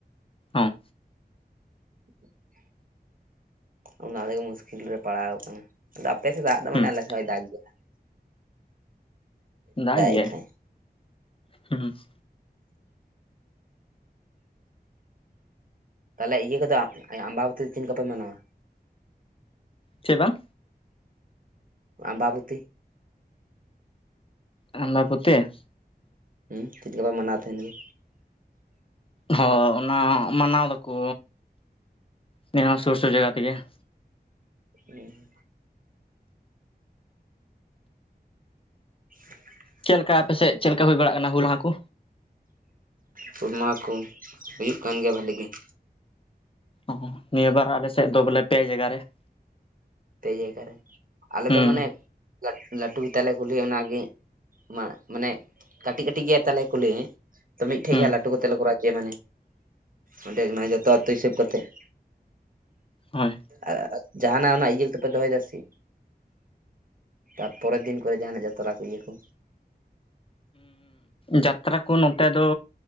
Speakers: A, on the left; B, on the right.
A: ᱦᱚᱸ ᱾
B: <inaudible> ᱚᱱᱟᱛᱮᱜᱮ ᱢᱩᱥᱠᱤᱞ ᱨᱮᱞᱮ ᱯᱟᱲᱟᱣ ᱟᱠᱟᱱᱟ, ᱟᱫᱚ ᱟᱯᱮ ᱥᱮᱫ ᱫᱟᱜ ᱫᱚ ᱢᱟᱱᱮ
A: ᱦᱩᱸ
B: ᱟᱞᱮ ᱥᱮᱫ ᱦᱚᱸᱭ ᱫᱟᱜ ᱜᱮᱭᱟ ᱾
A: ᱫᱟᱜ ᱜᱮᱭᱟᱭ
B: ᱮᱫ ᱠᱷᱟᱡ
A: ᱦᱩᱸ ᱾
B: ᱛᱟᱦᱚᱞᱮ ᱤᱭᱟᱹ ᱠᱚᱫᱚ ᱟᱢᱵᱟ ᱵᱟᱛᱤ ᱪᱮᱫ ᱞᱮᱠᱟᱯᱮ ᱢᱟᱱᱟᱣᱟ?
A: ᱪᱮ ᱵᱟᱝ?
B: ᱟᱢᱵᱟᱵᱚᱛᱤ ᱾
A: ᱟᱢᱵᱟᱵᱚᱛᱤ ᱾
B: ᱦᱢ ᱪᱮᱫ ᱞᱮᱠᱟ ᱯᱮ ᱢᱟᱱᱟᱣ ᱛᱟᱦᱮᱱ ᱜᱮ?
A: ᱦᱚ ᱚᱱᱟ ᱢᱟᱱᱟᱣ ᱫᱟᱠᱚ ᱱᱤᱭᱟᱹ ᱥᱩᱨ ᱥᱩᱨ ᱡᱟᱭᱜᱟ ᱛᱮᱜᱮ ᱾
B: ᱦᱢ ᱾ <inaudible>
A: ᱪᱮᱫ ᱞᱮᱠᱟ ᱟᱯᱮᱥᱮᱫ ᱪᱮᱫ ᱞᱮᱠᱟ ᱦᱩᱭ ᱵᱟᱲᱟᱜ ᱠᱟᱱᱟ ᱦᱩᱞ ᱢᱟᱦᱟ ᱠᱚ?
B: ᱦᱩᱞ ᱢᱟᱦᱟ ᱠᱚ, ᱦᱩᱭᱩᱜ ᱠᱟᱱ ᱜᱮᱭᱟ ᱵᱷᱟᱹᱞᱤ ᱜᱮ ᱾
A: ᱚ ᱱᱤᱭᱟᱹ ᱵᱟᱨ ᱟᱞᱮ ᱥᱮᱫ ᱫᱚ ᱵᱚᱞᱮ ᱯᱮ ᱡᱟᱭᱜᱟ ᱨᱮ ᱾
B: ᱯᱮ ᱡᱟᱭᱜᱟ ᱨᱮ, ᱟᱞᱮᱫᱚ
A: ᱦᱩᱸ
B: ᱢᱟᱱᱮ ᱞᱟᱹᱴ ᱞᱟᱹᱴᱩ ᱜᱮᱛᱟᱞᱮ ᱠᱩᱞᱦᱤ ᱚᱱᱟᱜᱤ ᱢᱟ ᱢᱟᱱᱮ ᱠᱟᱹᱴᱤᱡ ᱠᱟᱹᱴᱤᱡ ᱜᱮᱭᱟ ᱛᱟᱞᱮ ᱠᱩᱞᱦᱤ ᱛᱚ ᱢᱤᱫᱴᱷᱮᱡ
A: ᱦᱩᱸ
B: ᱜᱮᱸ ᱦᱟᱸᱜ ᱞᱟᱹᱴᱩ ᱠᱟᱛᱮᱫ ᱞᱮ ᱠᱚᱨᱟᱣ ᱦᱚᱪᱚᱭᱟ ᱢᱟᱱᱮ ᱚᱸᱰᱮ ᱜᱮᱱᱟᱜ ᱦᱩᱭᱩᱜᱼᱟ ᱡᱚᱛᱚ ᱟᱹᱛᱩ ᱦᱤᱥᱟᱹᱵ ᱠᱟᱛᱮ ᱾
A: ᱦᱳᱭ ᱾
B: ᱟᱨ ᱡᱟᱦᱟᱱᱟᱜ ᱚᱱᱟ ᱤᱭᱟᱹ ᱛᱚᱯᱮ ᱫᱚᱦᱚᱭᱫᱟ ᱥᱮ ᱪᱮᱫ ᱛᱟᱯᱚᱨᱮᱨ ᱫᱤᱱ ᱠᱚᱨᱮ ᱡᱟᱦᱟᱱᱟᱜ ᱡᱟᱛᱨᱟ ᱠᱚ ᱤᱭᱟᱹ ᱠᱚ?
A: ᱡᱟᱛᱨᱟ ᱠᱚ ᱱᱚᱛᱮ ᱫᱚ